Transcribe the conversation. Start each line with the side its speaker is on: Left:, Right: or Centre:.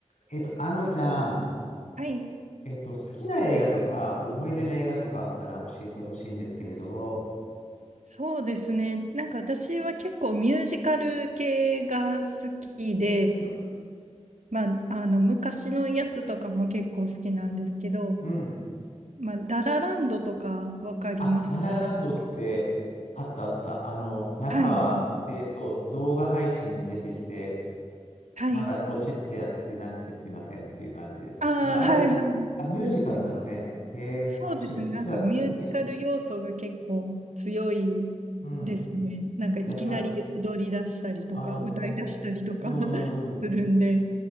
Left: えっと、あのちゃん、
Right: はい、
Left: えっと、好きな映画とか、思い出の映画とかあったら教えてほしいんですけれど、
Right: そうですね。なんか私は結構ミュージカル系が好きで、
Left: うん。
Right: まあ、あの昔のやつとかも結構好きなんですけど、
Left: うん
Right: まあ、ララランドとかわかりますかね。
Left: あ、ララランドって、あったあった。あの、中は、
Right: はい、
Left: で、そう、動画配信に出てきて、
Right: はい。
Left: まだポチってやってなくてすいませんっていう感じです。
Right: ああ、
Left: でもあれ、
Right: はいはい。
Left: あ、ミュージカルなのね。へえ、
Right: そうですね。
Left: 楽しみ。
Right: なんかミュージカル要素が結構強い
Left: じゃあ、見て。うん。
Right: ですね。なんかいきなり踊り出したりとか、
Left: やった。ああ、
Right: 歌い出したりとか
Left: うん。
Right: <laughs> するんで。